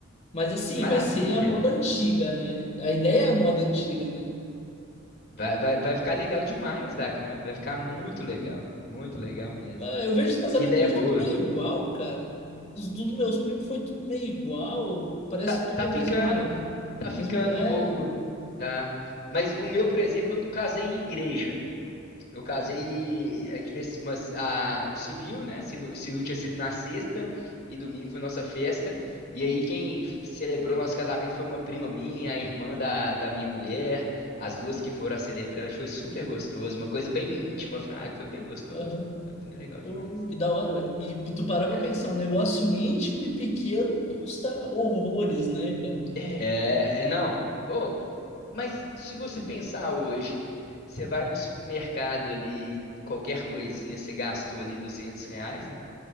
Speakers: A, on the left; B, on the left.
A: Mas assim,
B: Maravilha.
A: vai ser a moda antiga, né? A ideia é a moda antiga, né?
B: Vai, vai, vai ficar legal demais da conta. Vai ficar muito legal. Muito legal mesmo.
A: Ah, Eu vejo os casamentos
B: Que ideia
A: hoje
B: boa.
A: tudo meio igual, cara. Dos, dos meus primos foi tudo meio igual, parece
B: Tá,
A: tudo
B: tá
A: a
B: ficando.
A: mesma,
B: Tá ficando
A: mesmo, é,
B: um pouco. Tá. Mas o meu, por exemplo, eu não casei em igreja. Eu casei, a gente fez uma, a, o civil, né? Ci- O civil tinha sido na sexta e domingo foi nossa festa. E aí quem f- celebrou nosso casamento foi uma prima minha, a irmã da, da minha mulher, as duas que foram a celebrante. Foi super gostoso, uma coisa bem íntima, fraga, foi bem gostoso,
A: aham.
B: né? Foi também legal demais.
A: Pô, que da hora, velho. E tu parar
B: Ah,
A: pra pensar, um negócio íntimo e pequeno custa horrores, né, cara?
B: É, é não. Oh, mas se você pensar hoje, você vai no supermercado ali, qualquer coisinha, você gastou ali 200 reais, né?